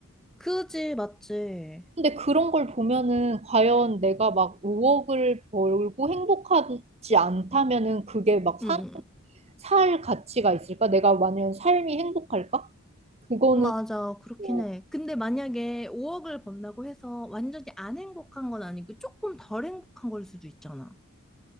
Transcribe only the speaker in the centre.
그지, 맞지?
응, 응.
맞아, 그렇긴
해. 근데 만약에 5억을 번다고 해서 완전히 안 행복한 건 아니고 조금 덜 행복한 걸 수도 있잖아.